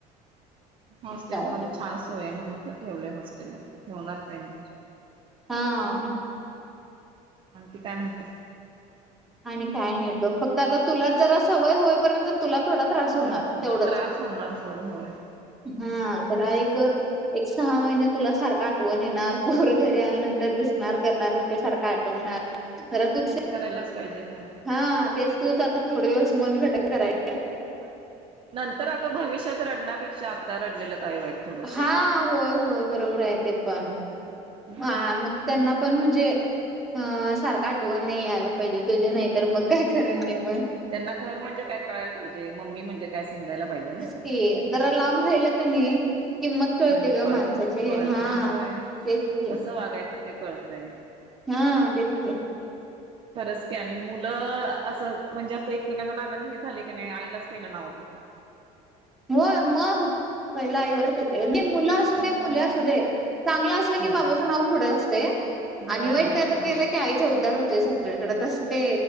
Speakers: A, on the right; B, in the centre.
A: हॉस्टेलमध्येध्ये
B: काय ते
A: छान सोय म्हणून तर ठेवलंय हॉस्टेलला तर ठेवणारच आहे मी तर
B: हा
A: म्हण त काय म्हणते
B: आणि काय नि ब फक्त आता तुला जरा सवय होईपर्यंत तुला थोडा त्रास होणार तेवढंच.
A: त्रास होणार थोडे होय
B: हा तररा एक एक सहा महिने तुला सारखं आठवण येणार पोर घरी आल्या
A: होय
B: नंतर दिसणार करणार म ते सारख काठवणार ज तू
A: च पाहिजे खर
B: हा तेच तूच आता थोडे दिवस मन घट करायच्या.
A: हो नंतर अगं भविष्यात रडण्यापेक्षा आता रडलेलं काय वाईट. थोडस.
B: हा होय होय बरोबर आहे ते पण.
A: हम्म.
B: ह मग त्यांना पण म्हणजे अ सारखं आठवण नाही आलं पाहिजे तुजे नाही. तर मग
A: होय
B: काय खर नाही मग
A: त्यांना घर म्हणजे काय कळायला पाहिजे मम्मी म्हणजे काय समजायला पाहिजे ना.
B: ते जरा लांब राहिल क मी. किंमत कळते
A: म्हणजे
B: ग
A: कळतय
B: माणसाची
A: कळतय
B: हा
A: होय.
B: तेच. की
A: कसं वागायचं ते कळतंय.
B: हा तेच.
A: खरच की आणि मुलं असं म्हणजे असं एकमेकाच्या नादाने हे झाले की नाही आईलाच पहिलं नावटलं.
B: हो मग. पहिला आईवरच येते मुलं असू दे
A: होय
B: मुले असू दे चांगलं असलं की
A: होय
B: बाबाचं नाव पुढे असत. आणि
A: होय
B: वाईट
A: होय
B: काय केलं
A: होय.
B: आ उद्धार होतोय सगळ्याकडें तसं ते